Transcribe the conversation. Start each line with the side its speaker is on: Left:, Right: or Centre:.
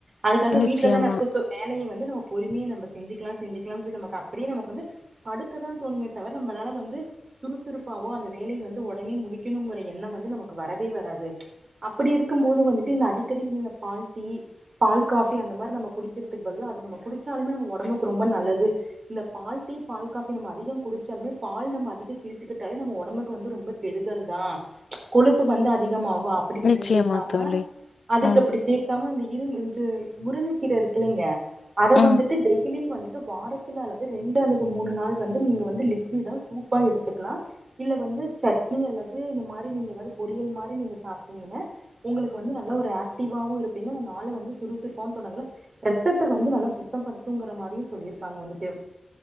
Right: அதுக்காக
Left: நிச்சயமா
Right: வீட்லதா நா வேலய வந்து நம்ம பொறுமையா நம்ப செஞ்சுக்கலா செஞ்சிக்கலானு சொல்லி நமக்கு அப்படியே நமக்கு வந்து படுக்கதா தோணுமே தவிர நம்பளால வந்து சுறுசுறுப்பாவோ அந்த வேலைய வந்து உடனே முடிக்கணுங்கற எண்ணம் வந்து நமக்கு வரவே வராது அப்படி இருக்கும்போது வந்துட்டு இந்த அடிக்கடி நீங்க பால் டீ பால் காஃபி அந்த மாரி நம்ம குடிக்கிறதுக்கு பதிலா அது நம்ம குடிச்சாலுமே நம்ம ஒடம்புக்கு ரொம்ப நல்லது இந்த பால் டீ பால் காஃபி நம்ம அதிகம் குடிச்சாலுமே பால் நம்ம அதிக சேத்துக்கிட்டாலே நம்ம ஒடம்புக்கு வந்து ரொம்ப கெடுதல்தா கொழுப்பு வந்து அதிகமாகு அப்படி நீங்க
Left: நிச்சயமா
Right: சேக்காம
Left: தோழி
Right: அதுக்கு
Left: ம்
Right: அப்படி சேக்காம இந்த இரும் இது முருங்ககீர இருக்குலைங்க அத வந்துட்டு
Left: ம்
Right: டெய்லி வந்துட்டு வாரத்துல அல்லது ரெண்டு அல்லது மூணு நாள் வந்து நீங்க வந்து லி நீ தா சூப்பா எடுத்துக்குலா இல்ல வந்து சட்னி அல்லது இந்த மாரி நீங்க ஏதாவது பொரியல் மாரி நீங்க சாப்பிட்டீங்கன்னு உங்குளுக்கு வந்து நல்லா ஒரு ஆக்டிவாவவு இருப்பீங்க அந்த நாள வந்து சுறுசுறுப்பாவு தொடங்கலா ரத்தத்த வந்து நல்லா சுத்தம் படுத்தும்ங்கற மாரியு சொல்லியிருக்காங்க வந்துட்டு